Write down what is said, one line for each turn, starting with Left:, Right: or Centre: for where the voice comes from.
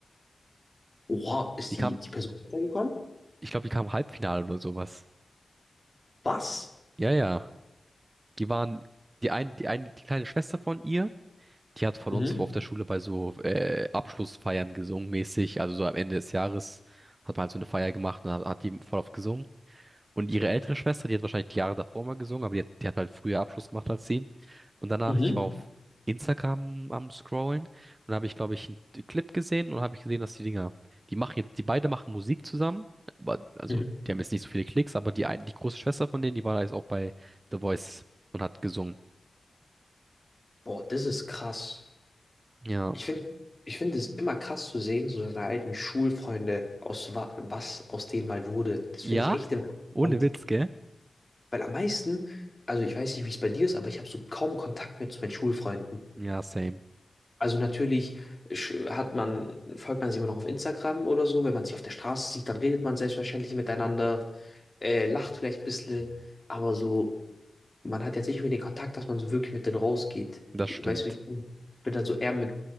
Left: Oha, ist
Right: Die
Left: die,
Right: kam,
Left: die Person weitergekommen?
Right: ich glaube, die kam Halbfinale oder sowas.
Left: Was?
Right: Ja, ja. Die waren, die ein, die eine, die kleine Schwester von ihr, die hat von
Left: Mhm,
Right: uns auf der Schule bei so äh, Abschlussfeiern gesungen mäßig. Also so am Ende des Jahres hat man halt so eine Feier gemacht und hat, hat die voll oft gesungen. Und ihre ältere Schwester, die hat wahrscheinlich die Jahre davor mal gesungen, aber die hat, die hat halt früher Abschluss gemacht als sie. Und danach,
Left: mhm,
Right: ich war auf Instagram am Scrollen und da habe ich, glaube ich, einen Clip gesehen und habe ich gesehen, dass die Dinger, die machen jetzt, die beide machen Musik zusammen, aber also
Left: mhm.
Right: die haben jetzt nicht so viele Klicks, aber die ein- die große Schwester von denen, die war jetzt auch bei The Voice und hat gesungen.
Left: Boah, das ist krass.
Right: Ja.
Left: Ich finde, ich finde es immer krass zu sehen, so seine alten Schulfreunde, aus wa was aus denen mal wurde. Das finde
Right: Ja?
Left: ich echt immer
Right: Ohne
Left: interessant.
Right: Witz, gell?
Left: Weil am meisten, also ich weiß nicht, wie es bei dir ist, aber ich habe so kaum Kontakt mehr zu meinen Schulfreunden.
Right: Ja, same.
Left: Also natürlich sch- hat man, folgt man sich immer noch auf Instagram oder so. Wenn man sich auf der Straße sieht, dann redet man selbstverständlich miteinander, äh, lacht vielleicht ein bisschen, aber so, man hat jetzt nicht mehr den Kontakt, dass man so wirklich mit denen rausgeht.
Right: Das
Left: Ich
Right: stimmt.
Left: weiß nicht, ich bin dann so eher mit,